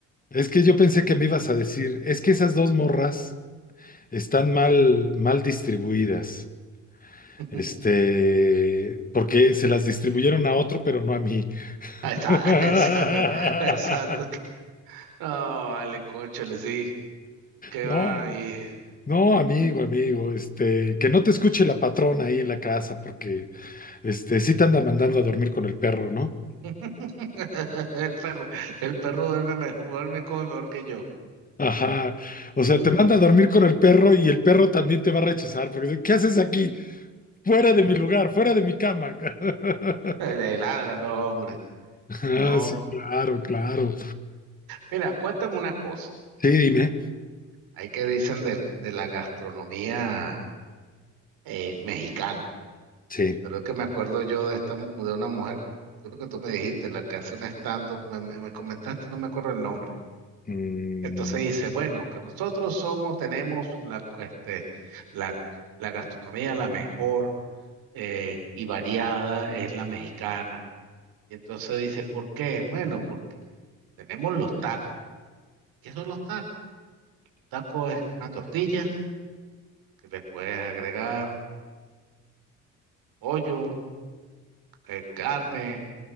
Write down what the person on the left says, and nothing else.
es que yo pensé que me ibas a decir, es que esas dos morras están mal, mal distribuidas.
Este, porque se las distribuyeron a otro, pero no a mí.
<laughs>
No,
no, amigo, amigo, este, que no te escuche la patrona ahí en la casa, porque este, sí te anda mandando a dormir con el perro, ¿no?
Ajá. O
sea, te manda a dormir con el perro y el perro también te va a rechazar porque dice, ¿qué haces aquí? Fuera de mi lugar, fuera de mi cama. <laughs>
Ah,
sí, claro, claro.
Sí, dime.
Sí.
Mm,